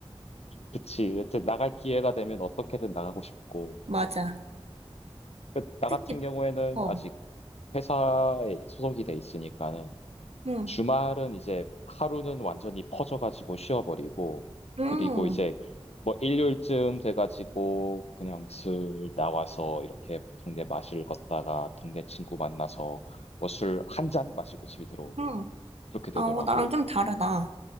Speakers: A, on the left; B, on the right.
A: 그치. 이제 나갈 기회가 되면 어떻게든 나가고 싶고.
B: 맞아.
A: 그, 나
B: 특히,
A: 같은 경우에는
B: 어,
A: 아직 회사에 소속이 돼 있으니까는
B: 응,
A: 주말은 이제 하루는 완전히 퍼져가지고 쉬어버리고,
B: 응,
A: 그리고 이제 음. 뭐 일요일쯤 돼가지고 그냥 슬 나와서 이렇게 동네 마실 걷다가 동네 친구 만나서 뭐 술 한잔 마시고 집에 들어오고
B: 응.
A: 막 그렇게 되더라고.
B: 아, 어, 나랑 좀 다르다.